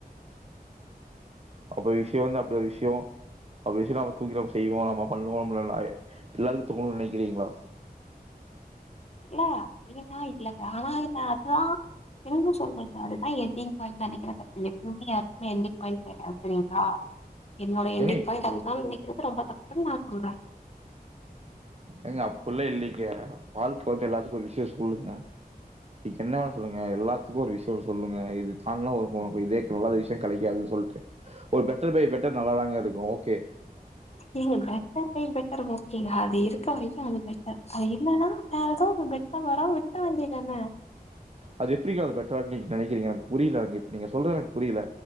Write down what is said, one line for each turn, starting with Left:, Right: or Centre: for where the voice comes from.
Right: அப்டி ஒரு விஷ்யோ வந்து அப்டி ஒரு விஷ்யோ அப்டி விஷ்யோ நம்ம தூக்கி நம்ம செய்வோ நம்ம பண்ணுவோ நம்மல <unintelligible> எல்லாருக்கு <unintelligible> நெனைக்கிறீங்ளா
Left: இல்ல அப்டியெல்லா இல்லங்க, ஆனா இத அதுதா என்ன சொல்றது அதுதா என்டிங் பாயிண்ட்னு நெனைக்கிற தப்பில்ல எப்பவுமே யாருக்குமே என்டிங் பாயிண்ட் கெடையாது சேரிங்களா என்னோட என்டிங்
Right: ஏங்க
Left: பாயிண்ட் அதுதா நெனைக் இது வந் ரொம்ப தப்புன் நா சொல்றே
Right: ஏங்க அப்பில்லா இல்லிங்க வாழ்க்க வந்து எல்லாத்துக்கு ஒரு விஷ்யோ சொல்லுங்க <unintelligible> என்ன வேண சொல்லுங்க எல்லாத்துக்கு ஒரு விஷ்யோ சொல்லுங்க இது <unintelligible> இதே நல்ல விஷயோ கெடைக்காது சொல்ட்டு ஒரு பெ பெட்டர் பைபெட்டர் நல்லாதாங்க இருக்கு ஓக் கே
Left: ஏங்க பெட்டர் பை பெட்டர் ஓக்கேங்க அது இருக்க வரைக்கு அது பெ <unintelligible> அது இல்லன்னா வேற எதா பெட்ரா வரு விட்ற வேண்டிதான
Right: அது எப்டிங்க அது பெட்ரா அப்டின் நெனைக்கிறீங்க எனக்கு புரியல எனக்கு நீங்க சொல்றத் எனக்கு புரியில